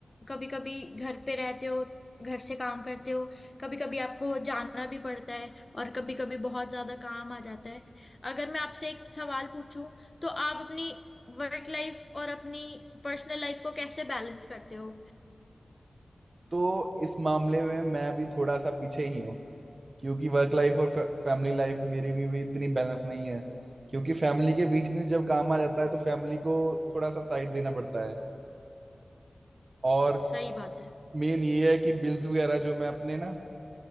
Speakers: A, on the left; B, on the right.
A: कभी कभी घर पे रहते हो घर से काम करते हो कभी कभी आपको जाना भी पड़ता है और कभी कभी बहुत ज्यादा काम आ जाता है अगर मैं आपसे एक सवाल पूछूं तो आप अपनी वर्क लाइफ और अपनी पर्सनल लाइफ को कैसे बैलेंस करते हो
B: तो इस मामले में मैं भी थोड़ा सा पीछे ही हूँ क्योंकि वर्क लाइफ और फैमिली लाइफ मेरी भी, भी इतनी बैलेंस नहीं है क्योंकि फैमिली के बीच में जब काम आ जाता है तो फैमिली को थोड़ा सा साइड देना पड़ता है और
A: सही बात है
B: मेन ये है कि बिल्स वगैरह जो मैं अपने ना